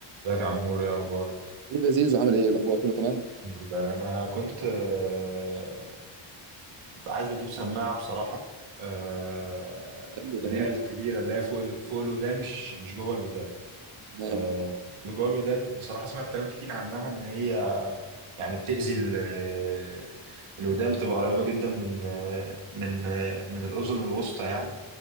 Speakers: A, on the right (about 90°); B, on the right (about 65°).
A: ازيك يا عمور يا اخبارك
B: ليه يا زيزو عامل ايه إيه الاخبار كله تمام
A: الحمد لله انا كنت آه، عايز اجيب سماعه بصراحه آه،
B: حلو
A: اللي
B: جميل
A: هي الكبيره اللي هي فوق ال- فوق الودان مش مش جوه الودان
B: تمام
A: آه، اللي جوه الودان بصراحه سمعت كلام كتير عنها ان هي يعني بتاذي ال- آه، الودان بتبقى قريبه جدا من آه، من آه، من الاذن الوسطى يعني